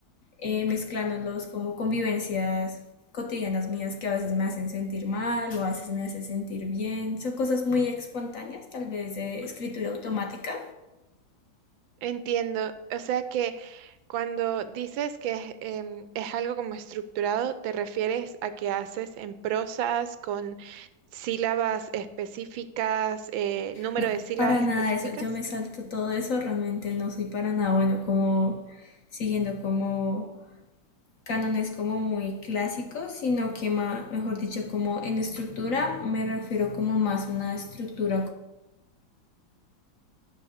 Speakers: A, on the left (about 60°); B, on the right (about 85°).
A: eh, mezclándolos como convivencias cotidianas mías que a veces me hacen sentir mal o a veces me hacen sentir bien. Son cosas muy espontáneas, tal vez de escritura automática.
B: Entiendo, o sea que cuando dices que es, em, es algo como estructurado, ¿te refieres a que haces en prosas con sílabas específicas, eh, número
A: No,
B: de sílabas
A: para
B: específicas?
A: nada eso. Yo me salto todo eso, realmente no soy para nada bueno como siguiendo como cánones como muy clásicos, sino que ma- mejor dicho como en estructura me refiero como más a una estructura